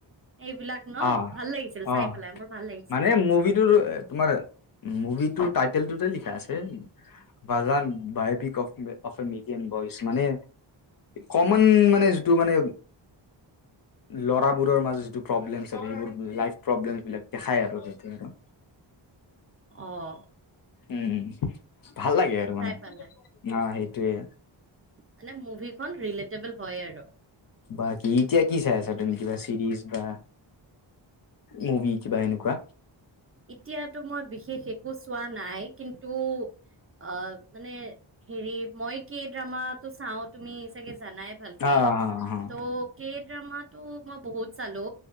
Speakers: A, on the right; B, on the left.
A: এইবিলাক ন
B: অ'
A: ভাল লাগিছিল চাই
B: অ'
A: পেলাই মোৰ ভাল লাগিছে
B: মানে
A: চাই
B: মুভিটোৰ তোমাৰ। মুভিটো। টাইটেলটোতে লিখা আছে বাজ বায়পিক অ' অফ্ এ মিয়ান বইচ মানে। কমন মানে যিটো মানে ল'ৰাবোৰৰ মাজত যিটো প্ৰব্লেম সেইবোৰ লাইফ প্ৰব্লেমবিলাক দেখাই আৰু তাতে আৰু।
A: আহ।
B: উম, ভাল লাগে আৰু মানে অ'
A: পেলাই
B: সেইটোৱে।
A: মানে মুভিখন ৰিলেটেবুল হয় আৰু।
B: বাকী এতিয়া কি চাই আছা তুমি বা চিৰিজ বা মুভি কিবা এনেকুৱা।
A: এতিয়াতো মই বিশেষ একো চোৱা নাই। কিন্তু, অ' মানে হেৰি মই কি ড্ৰামাটো চাওঁ তুমি চাগে জানাই ভালকে।
B: অ হা হা
A: তো কেটা মান। মই বহুত চালো